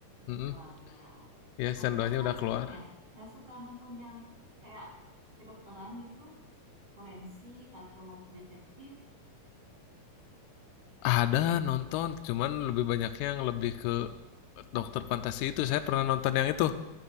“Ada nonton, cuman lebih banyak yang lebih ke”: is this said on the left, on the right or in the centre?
Left